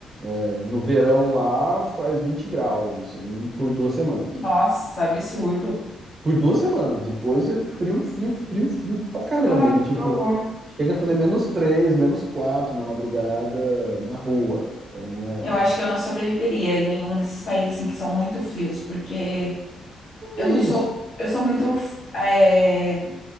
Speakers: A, on the right (about 25°); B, on the left (about 60°).
A: É, No verão lá faz 20 graus, assim, por duas semanas.
B: Nossa, absurdo.
A: Por duas semanas. Depois é frio, frio, frio, frio pra caramba.
B: Ai,
A: Do tipo,
B: que horror.
A: Chega a fazer menos 3, menos 4 na madrugada na rua. Então é.
B: Eu acho que eu não sobreviveria em nenhum desses países assim que são muito frios, porque eu
A: Isso.
B: não sou, eu sou muito, é,